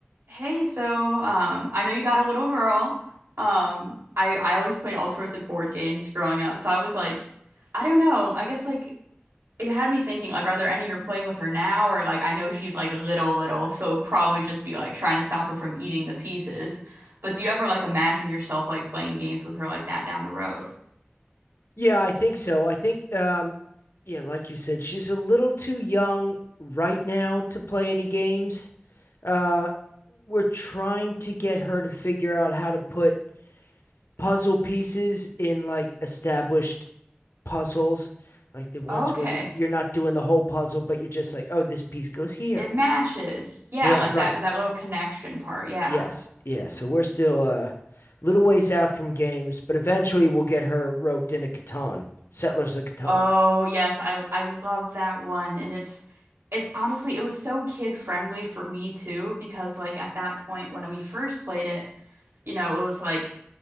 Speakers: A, on the right; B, on the left.
A: Hey, so um, I know you got a little girl. Um, I I always played all sorts of board games growing up, so I was like, I don't know. I guess like it had me thinking like, are there any you're playing with her now, or like I know she's like little little, so it'd probably just be like trying to stop her from eating the pieces. But do you ever like imagine yourself like playing games with her like that down the road?
B: Yeah, I think so. I think, um, yeah, like you said, she's a little too young right now to play any games. Uh, we're trying to get her to figure out how to put puzzle pieces in like established puzzles, like the ones
A: Okay,
B: where you you're not doing the whole puzzle, but you're just like, oh, this piece goes here.
A: it matches. Yeah,
B: Yeah,
A: like
B: right.
A: that that little connection part. Yeah.
B: Yes. Yeah. So we're still a little ways out from games, but eventually we'll get her roped into Catan, Settlers of Catan.
A: Oh, yes, I I love that one. And it's it's honestly it was so kid friendly for me too because like at that point when we first played it, you know, it was like